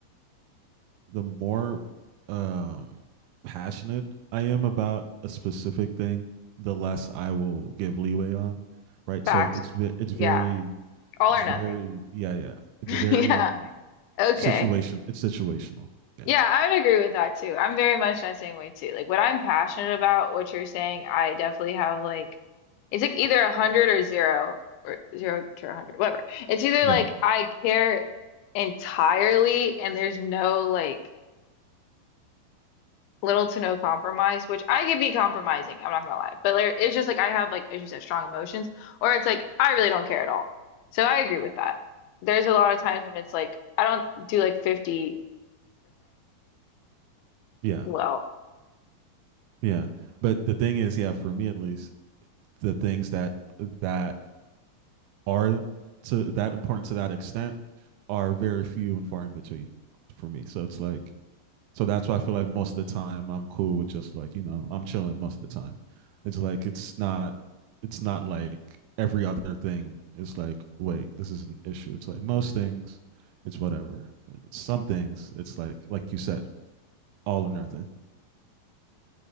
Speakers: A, on the right; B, on the left.
A: the more um passionate I am about a specific thing, the less I will give leeway on, right?
B: facts
A: So it's it's very
B: yeah all
A: it's
B: or
A: very
B: nothing
A: yeah yeah
B: <laughs>
A: it's
B: yeah
A: very um
B: okay
A: situation it's situational yeah
B: Yeah, I would agree with that too. I'm very much that same way too. Like what I'm passionate about, what you're saying, I definitely have like it's like either a hundred or zero or zero to a hundred, whatever. It's either
A: yeah
B: like I care entirely and there's no like little to no compromise, which I could be compromising, I'm not gonna lie. But like, it's just like I have like, as you said, strong emotions, or it's like I really don't care at all. So I agree with that. There's a lot of times when it's like I don't do like 50%
A: yeah
B: well.
A: yeah but the thing is yeah for me at least the things that that are to that important to that extent are very few and far in between for me so it's like So that's why I feel like most of the time I'm cool with just like, you know, I'm chilling most of the time. It's like it's not it's not like every other thing is like, wait, this is an issue. It's like most things, it's whatever. Some things, it's like like you said, all or nothing.